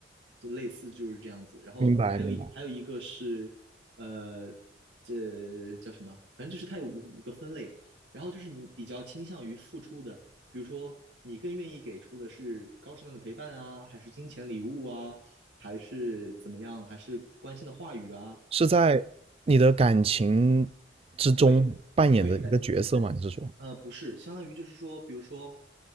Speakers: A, on the right; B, on the right.
A: 就类似就是这样子。然后还有一还有一个是呃
B: 明白明白。
A: 这叫什么？反正就是它有五五个分类。然后就是你比较倾向于付出的，比如说你更愿意给出的是高质量的陪伴啊，还是金钱礼物啊，还是怎么样，还是关心的话语啊？
B: 是在你的感情之中扮演的一个角色吗？
A: 对，对，在在在
B: 你是说？
A: 呃，不是，相当于就是说，比如说，